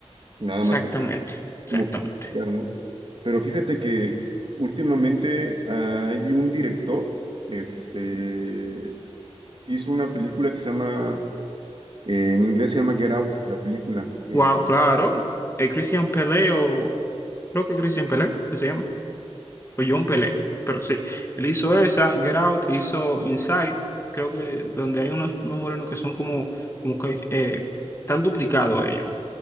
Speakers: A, on the right; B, on the left.
A: Nada
B: Exactamente,
A: más para,
B: exactamente.
A: como justificar, ¿no? Pero fíjate que últimamente hay un director, este, hizo una película que se llama, eh, en inglés se llama Get Out, la película. eh,
B: Wow, claro. El Christian Pelé o... Creo que Christian Pelé, ¿qué se llama? o John Pelé, pero sí, él hizo esa, Get Out, hizo Inside, creo que donde hay unos, unos morenos que son como, como que eh, están duplicados a ellos.